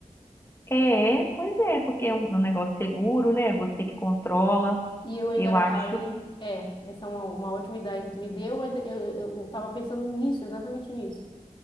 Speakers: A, on the left (about 20°); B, on the left (about 40°).
A: É, pois é, porque é um um negócio seguro, né? Você que controla,
B: E eu ainda,
A: eu acho.
B: além, é, essa é uma, uma ótima ideia que tu me deu, mas eu, eu, eu tava pensando nisso, exatamente nisso.